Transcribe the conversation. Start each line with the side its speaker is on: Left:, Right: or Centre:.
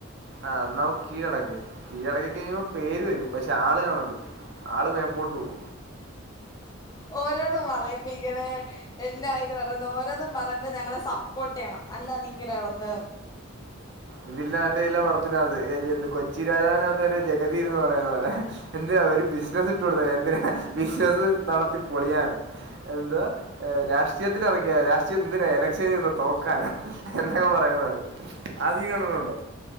Right: ആ എന്നാവാ കീഴടങ്‌ കീഴടങ്ങികഴിയുമ്പോ പേര് വെരും പക്ഷെ ആള് കാണത്തില്ല മേപ്പോട്ടുപോവും
Left: ഓരോന്നും പറയുമ്പോ ഇങ്ങനെ എല്ലാ ഇന്ന് പറയുന്ന ഓരോന്നും പറയുമ്പോ ഞങ്ങളെ റിപ്പോർട്ട് ചെയ്യണം അല്ലാത ഇങ്ങനെ വന്ന്
Right: ഇതില്ലാമറ്റെ ഇല്ല പഠത്തിനകത്ത് എന്ത് കൊച്ചി രാജാവിനകത്ത് ജഗതിവന്ന് പറയുന്ന പോലെ എന്തേ ഒരു ബിസിനസ്സ് ഇട്ടു കൊടുത്താല് എന്തിനാ ബിസിനസ്സ് നടത്തി പൊളിയാനോ എന്താ രാഷ്ട്രീയത്തിൽ ഇറക്കിയ രാഷ്ട്രീയം എന്തിനാ എലക്ഷനിൽ നിന്ന് തോക്കാനോ എന്താണ് പറയാനുള്ളത് ആദ്യം കണലുണ്ടോ